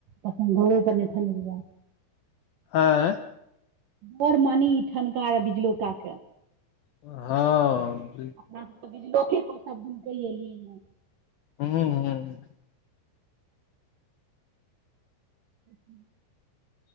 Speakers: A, on the right; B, on the left.
A: कखनि घरो पर ने ठनैक जै।
B: आँय
A: डर मानी ई ठनका आर बिजलौकाके।
B: हँ
A: अपना सब त बिजलौके क सब दिन कैह एलियै हैं
B: हूंहूं
A: <inaudible>